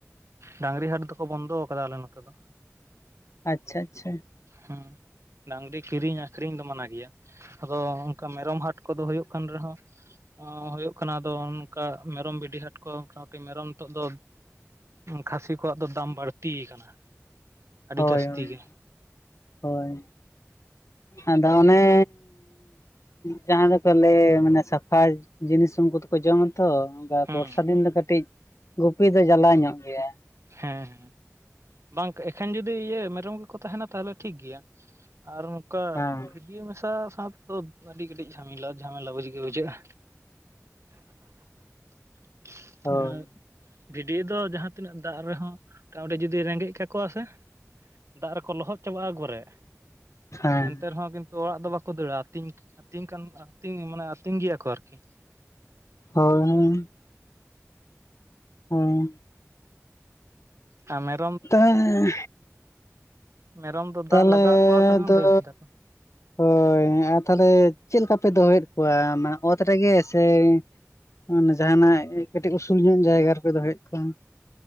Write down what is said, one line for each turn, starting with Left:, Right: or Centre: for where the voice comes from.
Right: ᱰᱟᱝᱨᱤ ᱦᱟᱴ ᱫᱚᱠᱚ ᱵᱚᱱᱫᱚ ᱟᱠᱟᱫᱟ ᱟᱞᱮ ᱱᱚᱛᱮ ᱫᱚ᱾
Left: ᱟᱪᱪᱷᱟ ᱟᱪᱪᱷᱟ
Right: ᱦᱩᱸ ᱰᱟᱝᱨᱤ ᱠᱤᱨᱤᱧ ᱟᱠᱷᱨᱤᱧ ᱫᱚ ᱢᱟᱱᱟ ᱜᱮᱭᱟ᱾ ᱟᱫᱚ ᱚᱱᱠᱟ ᱢᱮᱨᱚᱢ ᱦᱟᱴ ᱠᱚᱫᱚ ᱦᱩᱭᱩᱜ ᱠᱟᱱ ᱨᱮᱦᱚᱸ ᱦᱩᱭᱩᱜ ᱠᱟᱱᱟ ᱟᱫᱚ ᱚᱱᱠᱟ ᱢᱮᱨᱚᱢ ᱵᱷᱤᱰᱤ ᱦᱟᱴ ᱠᱚ ᱢᱚᱴᱟᱢᱩᱴᱤ ᱢᱮᱨᱚᱢ ᱱᱤᱛᱚᱜ ᱫᱚ ᱠᱷᱟᱹᱥᱤ ᱠᱚᱣᱟᱜ ᱫᱚ ᱫᱟᱢ ᱵᱟᱲᱛᱤ ᱟᱠᱟᱱᱟ᱾ ᱟᱹᱰᱤ
Left: ᱦᱳᱭ
Right: ᱡᱟᱹᱥᱛᱤ
Left: ᱦᱳᱭ
Right: ᱜᱮ
Left: ᱦᱳᱭ, ᱟᱫᱚ ᱚᱱᱮ ᱡᱟᱦᱟᱸ ᱫᱚ ᱠᱚ ᱞᱟᱹᱭ ᱢᱟᱱᱮ ᱥᱟᱯᱷᱟ ᱡᱤᱱᱤᱥ ᱩᱱᱠᱩ ᱫᱚᱠᱚ ᱡᱚᱢ-ᱟ ᱛᱚ᱾
Right: ᱦᱩᱸ
Left: ᱵᱚᱨᱥᱟ
Right: ᱦᱮᱸ
Left: ᱫᱤᱱ ᱫᱚ ᱠᱟᱹᱴᱤᱡ ᱜᱩᱯᱤ ᱫᱚ ᱡᱟᱞᱟ ᱧᱚᱜ ᱜᱮᱭᱟ᱾
Right: ᱦᱮᱸ ᱦᱮᱸ ᱵᱟᱝ ᱮᱠᱷᱮᱱ ᱡᱩᱫᱤ ᱤᱭᱟᱹ ᱢᱮᱨᱚᱢ ᱜᱮᱠᱚ ᱛᱟᱦᱮᱸᱱᱟ ᱛᱟᱦᱚᱞᱮ ᱴᱷᱤᱠ ᱜᱮᱭᱟ ᱟᱨ ᱱᱚᱝᱠᱟ
Left: ᱦᱮᱸ
Right: ᱵᱷᱤ ᱤᱭᱟᱹ ᱢᱮᱥᱟ ᱥᱟᱶ ᱫᱚ ᱟᱹᱰᱤ ᱠᱟᱹᱴᱤᱡ ᱡᱷᱟᱢᱮᱞᱟ ᱡᱷᱟᱢᱮᱞᱟ ᱵᱩᱡᱽ ᱜᱮ ᱵᱩᱡᱷᱟᱹᱜᱼᱟ᱾ <inaudible>
Left: ᱦᱳᱭ
Right: ᱟᱸ ᱵᱷᱤᱰᱤ ᱫᱚ ᱡᱟᱦᱟᱸ ᱛᱤᱱᱟᱹᱜ ᱫᱟᱜ ᱨᱮᱦᱚᱸ ᱢᱚᱴᱟᱢᱩᱴᱤ ᱡᱩᱫᱤ ᱡᱩᱫᱤ ᱨᱮᱸᱜᱮᱡ ᱠᱟᱠᱚᱣᱟ ᱥᱮ ᱫᱟᱜ ᱨᱮᱠᱚ ᱞᱚᱦᱚᱫ ᱪᱟᱵᱟᱜᱼᱟ ᱜᱚᱨᱮ᱾
Left: ᱦᱮᱸ
Right: ᱛᱮ ᱨᱮᱦᱚᱸ ᱠᱤᱱᱛᱩ ᱚᱲᱟᱜ ᱫᱚ ᱵᱟᱠᱚ ᱫᱟᱹᱲᱟ᱾ ᱟᱹᱛᱤᱧ ᱟᱹᱛᱤᱧᱠᱟᱱ ᱟᱹᱛᱤᱧ ᱢᱟᱱᱮ ᱟᱹᱛᱤᱧ ᱜᱮᱭᱟ ᱠᱚ ᱟᱨᱠᱤ᱾
Left: ᱦᱳᱭ ᱦᱮᱸ
Right: ᱛᱟᱢᱮᱫ
Left: ᱛᱟᱦᱮᱸᱻ
Right: ᱢᱮᱨᱚᱢ ᱫᱚ
Left: ᱛᱟᱦᱞᱮ
Right: ᱫᱟᱜ ᱞᱟᱜᱟᱣᱟᱜ ᱠᱚᱣᱟ ᱥᱮ ᱵᱟᱝ
Left: ᱫᱚ
Right: ᱫᱟᱹᱲ ᱠᱮᱫᱟ ᱠᱚ
Left: ᱦᱳᱭ ᱟᱨ ᱛᱟᱦᱚᱞᱮ ᱪᱮᱫ ᱞᱮᱠᱟ ᱯᱮ ᱫᱚᱦᱚᱭᱮᱫ ᱠᱚᱣᱟ? ᱢᱟᱱᱮ ᱚᱛ ᱨᱮᱜᱮ ᱥᱮ ᱢᱟᱱᱮ ᱡᱟᱦᱟᱸᱱᱟᱜ ᱠᱟᱹᱴᱤᱡ ᱩᱥᱩᱞ ᱧᱚᱜ ᱡᱟᱭᱜᱟ ᱨᱮᱯᱮ ᱫᱚᱦᱚᱭᱮᱫ ᱠᱚᱣᱟ᱾